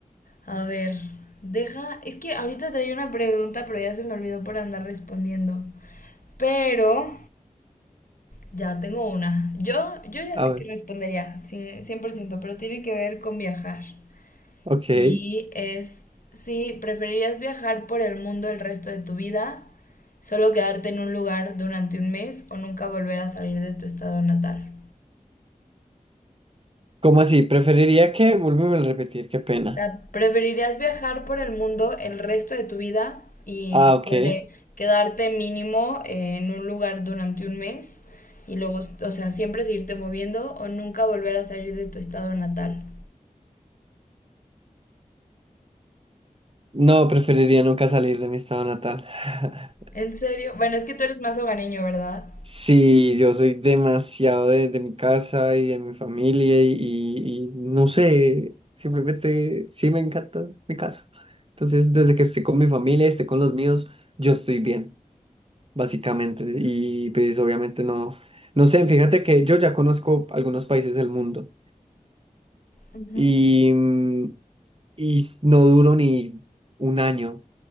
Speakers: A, on the left; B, on the right.
A: A ver, deja. Es que ahorita traía una pregunta, pero ya se me olvidó por andar respondiendo. Pero Ya tengo una. Yo, yo ya
B: A
A: sé
B: ver,
A: que respondería, sí, 100% pero tiene que ver con viajar.
B: ok.
A: Y es si preferirías viajar por el mundo el resto de tu vida, solo quedarte en un lugar durante un mes o nunca volver a salir de tu estado natal.
B: ¿Cómo así? Preferiría que, vuélveme a repetir, qué pena.
A: O sea, preferirías viajar por el mundo el resto de tu vida y
B: Ah, ok.
A: ponle, quedarte mínimo en un lugar durante un mes y luego, o sea, siempre seguirte moviendo o nunca volver a salir de tu estado natal.
B: No, preferiría nunca salir de mi estado natal. <laughs>
A: ¿En serio? Bueno, es que tú eres más hogareño, ¿verdad?
B: Sí, yo soy demasiado de, de mi casa y de mi familia y, y- y no sé, simplemente sí me encanta mi casa. Entonces, desde que estoy con mi familia, esté con los míos, yo estoy bien, básicamente. Y pues obviamente no, no sé, fíjate que yo ya conozco algunos países del mundo
A: Ujú.
B: y, mm, y no duro ni un año